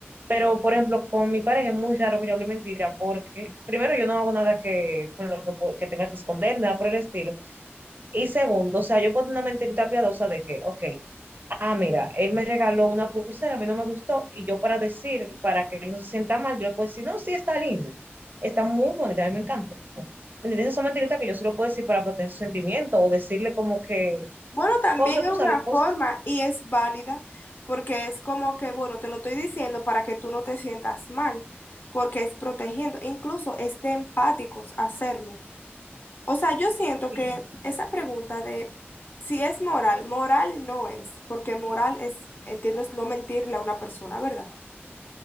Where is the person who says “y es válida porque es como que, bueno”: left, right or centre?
Left